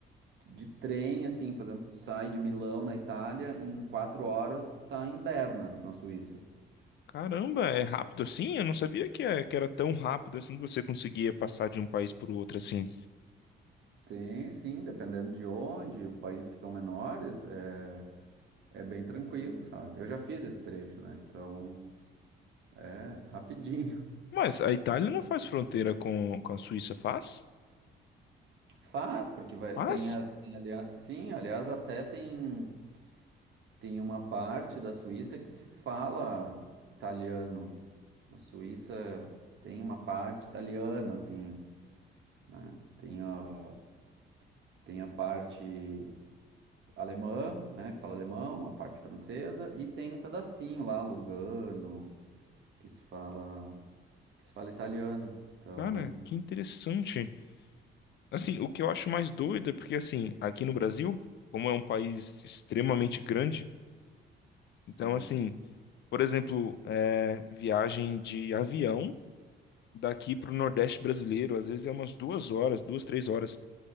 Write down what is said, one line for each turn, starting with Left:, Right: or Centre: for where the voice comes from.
Right: de trem, assim, por exemplo, tu sai de Milão, na Itália, e em quatro horas tu tá em Berna, na Suíça.
Left: Caramba, é rápido assim? Eu não sabia que, é- que era tão rápido assim que você conseguia passar de um país para o outro assim.
Right: Tem, sim, dependendo de onde, países que são menores, é, é bem tranquilo, sabe? Eu já fiz esse trecho, né? Então, é rapidinho.
Left: Mas a Itália não faz fronteira com, com a Suíça, faz?
Right: <laughs> Faz, porque vai,
Left: Faz?
Right: tem, a- tem aliás, sim, aliás, até tem. Tem uma parte da Suíça que se fala italiano. A Suíça tem uma parte italiana, assim, né? Tem a, tem a parte alemã, né, que se fala alemão, a parte francesa, e tem um pedacinho lá, Lugano, que se fala, que se fala italiano. Então,
Left: Cara, que interessante. Assim, o que eu acho mais doido é porque, assim, aqui no Brasil, como é um país extremamente grande, então,
Right: sim.
Left: assim, por exemplo, é, viagem de avião daqui para o Nordeste brasileiro, às vezes é umas duas horas, duas, três horas,